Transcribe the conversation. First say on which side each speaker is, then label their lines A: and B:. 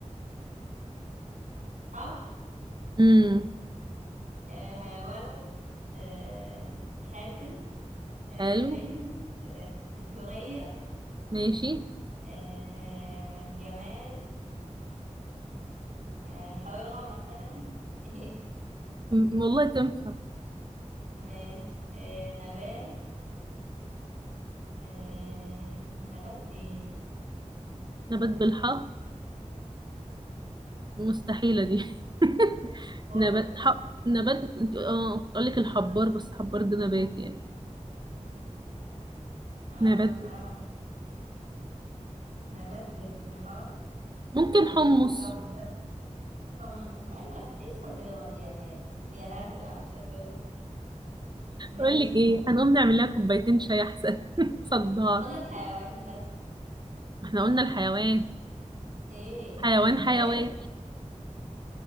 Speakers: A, on the right; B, on the right.
A: ح
B: امم
A: آه ولد آه حازم آه
B: حلو
A: بنت آه حورية
B: ماشي
A: آه جماد آه حيرة مثلا <laughs>
B: م- والله تنفع
A: ماشي آه نبات آه... نبات ايه
B: نبات بالحاء مستحيلة دي <laughs>
A: خالص
B: نبات حق نبات انت- اه كنت أقول لك الحبار بس حبار ده نبات يعني
A: اه
B: نبات
A: مش
B: بال-
A: عارف نبات بالحار
B: ممكن حمص
A: طب حمص ايوه ايه الشطيرة دي يا ناس يا لهوي على الشطيرة ماشي
B: أقول لك
A: حمص
B: إيه هنقوم نعمل لها كوبايتين شاي أحسن <laughs> صدعت
A: فاضل حيوان بس
B: ما احنا قلنا الحيوان
A: ايه
B: حيوان
A: حورية
B: حيوان